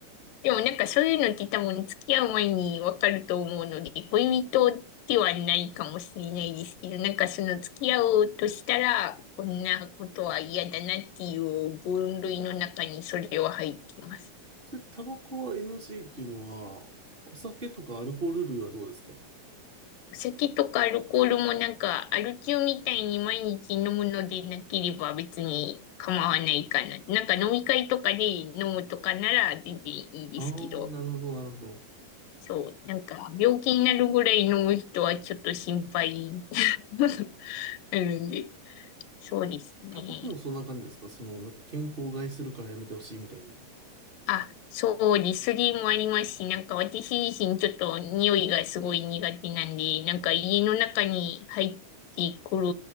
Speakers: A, on the left (about 90°); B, on the right (about 60°).
A: でもなんかそういうのって多分付き合う前にわかると思うので、恋人ではないかもしれないですけど、なんかその付き合おうとしたら、こんなことは嫌だなっていう分類の中にそれは入ってます。
B: それ、タバコは NG っていうのは、お酒とかアルコール類はどうですか
A: お酒とかアルコールもなんかアル中みたいに毎日飲むのでなければ別に構わないかな。なんか飲み会とかで飲むとかなら全然いいですけど。
B: ああ、なるほど、なるほど。
A: そう、なんか病気になるぐらい飲む人はちょっと心配 <laughs> なるんで、そうですね。
B: タバコもそんな感じですかその、なんか健康を害するからやめてほしいみたいな。
A: あ、そう、リスリーもありますし、なんか私自身ちょっと匂いがすごい苦手なんで、なんか家の中に入ってくる